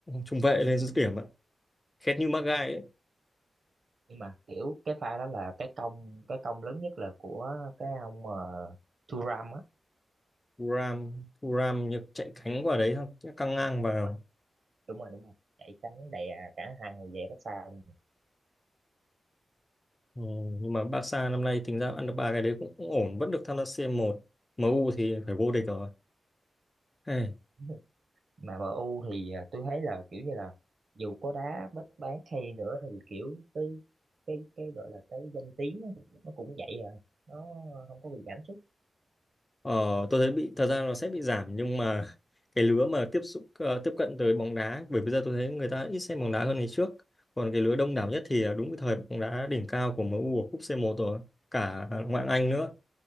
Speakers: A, on the left; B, on the right.
A: trung vệ lên dứt điểm ạ khét như mắc gai ấy
B: nhưng mà kiểu cái pha đó là cái công cái công lớn nhất là của cái ông uh, Thuram á
A: Thuram Thuram như chạy cánh quả đấy xong căng ngang vào
B: đúng rồi đúng rồi đúng rồi chạy tránh đè cả hai hậu vệ cách xa luôn.
A: ừ, nhưng mà Barca năm nay tính ra ăn được ba cái đấy cũng, cũng ổn vẫn được tham gia C1 u thì phải vô địch rồi hey.
B: <laughs> mà MU thì à, tôi thấy là kiểu như là dù có đá bất bán hay nữa thì kiểu cái cái cái gọi là cái danh tiếng á, nó cũng vậy à nó không có bị giảm sút
A: Ờ, tôi thấy bị thật ra nó sẽ bị giảm nhưng mà cái lứa mà tiếp xúc ờ, tiếp cận tới bóng đá ấy, bởi bây giờ tôi thấy người ta ít xem bóng đá hơn ngày trước còn cái lứa đông đảo nhất thì ờ, đúng cái thời bóng đá đỉnh cao của MU ở cúp C1 rồi cả ngoại hạng Anh nữa